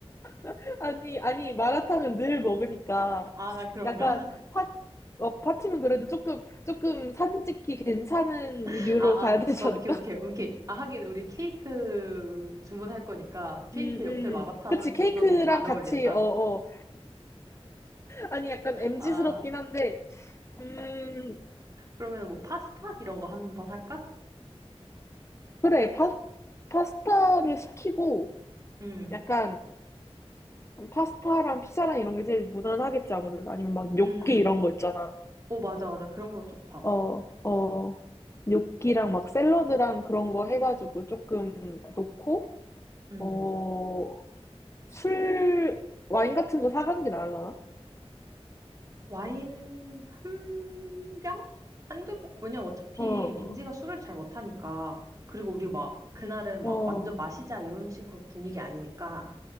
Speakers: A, on the left; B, on the right.
A: <laughs> 아니, 아니, 마라탕은 늘 먹으니까
B: 아, 아, 그런가?
A: 약간 파, 어, 파티면 그래도 조금, 조금 사진 찍기 괜찮은
B: <laughs>
A: 류로
B: 아,
A: 가야
B: 아,
A: 되지
B: 오케이,
A: 않을까?
B: 오케이,
A: <laughs>
B: 오케이. 아, 하긴, 우리 케이크 주문할 거니까, 케이크
A: 음, 음.
B: 옆에 마라탕은
A: 그치, 케이크랑
B: 조금 안
A: 같이,
B: 어울린다.
A: 어, 어. 아니, 약간 m
B: 아,
A: 지스럽긴 한데, 음,
B: 그러면 뭐, 파스타? 이런 거 한 번 할까?
A: 그래, 파, 파스타를 시키고,
B: 응
A: 약간, 파스타랑 피자랑 이런 게 제일 무난하겠지, 아무래도. 아니면 막 뇨끼
B: 응
A: 이런 거 있잖아.
B: 오, 맞아, 맞아. 그런 거 좋다.
A: 어, 어, 뇨끼랑 막 샐러드랑 그런 거 해가지고 조금 놓고,
B: 응
A: 어, 술, 와인 같은 거 사가는 게 나을라나?
B: 와인 한 병? 한 두 병? 왜냐면 어차피
A: 어,
B: 민지가 술을 잘 못하니까. 그리고 우리 막 그날은
A: 어,
B: 막 완전 마시자 이런 식으로 분위기 아니니까